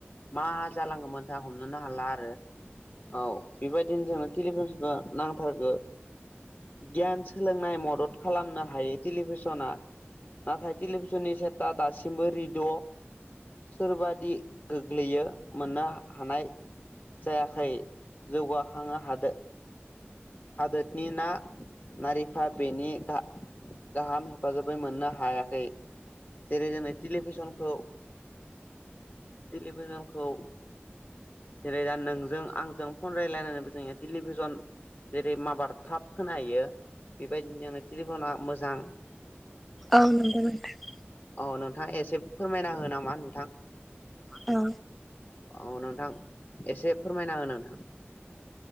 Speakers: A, on the left; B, in the centre.
A: मा जालांगौमोनथा हमनोनो हाला आरो औ बेबायदिनो जोंनो टेलिभनखो नांथारगो गियान सोलोंनाय मदद खालामनो हायो टेलिभिसना। नाथाय टेलिभिसननि सेटा दासिमबो रेडिअ' सोरबादि गोग्लैयो मोननो हानाय जायाखै जौगाखांनो हादो हादोतनि ना नारिखा बेनि दा गाहाम हेफाजाबै मोननो हायाखै जेरै जोङो टेलिभिसनखौ टेलिभिजनखौ जेरै दा नोंजों आंजों फन रायजलायनानैबो जोंङो टेलिभिजन जेरै माबार थाब खोनाहैयो बेबायदिनो टेलिफना मोजां
B: औ नंगौ नोंथां
A: औ नोंथाङा एसे फोरमायना हो नामा नोंथां
B: औ
A: औ नोंथां एसे फोरमायना हो नोंथां